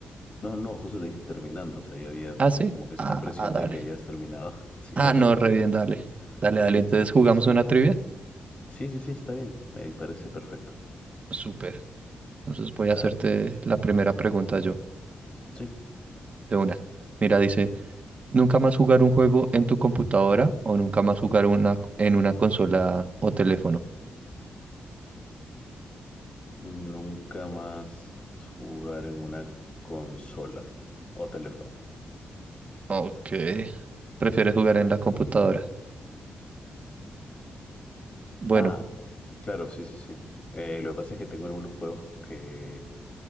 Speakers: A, on the left; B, on the right.
A: No, no, justo te dije terminando. O sea, ya había
B: Ah, sí.
A: como que es
B: Ah,
A: una expresión
B: ah, dale.
A: de que ya has terminado. <laughs> Sí,
B: Ah,
A: no
B: no,
A: te preocupes.
B: re bien, dale. Dale,
A: <laughs>
B: dale. Entonces, ¿jugamos
A: Sí,
B: una trivia?
A: sí, sí, sí, está bien. Me parece perfecto.
B: Súper. Entonces voy
A: Dale.
B: a hacerte la primera pregunta yo.
A: Sí.
B: De una. Mira, dice, nunca más jugar un juego en tu computadora o nunca más jugar una en una consola o teléfono.
A: Nunca más jugar en una consola o teléfono.
B: Ok. ¿Prefieres jugar en la computadora? Bueno.
A: Ah, claro, sí, sí, sí. Eh, lo que pasa es que tengo algunos juegos que,